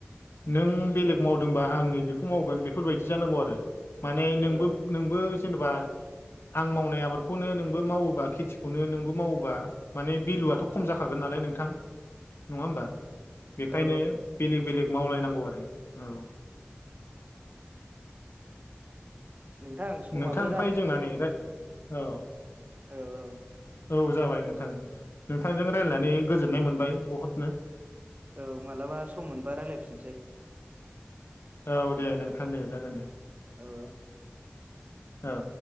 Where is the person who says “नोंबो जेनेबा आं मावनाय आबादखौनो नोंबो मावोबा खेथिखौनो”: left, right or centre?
Left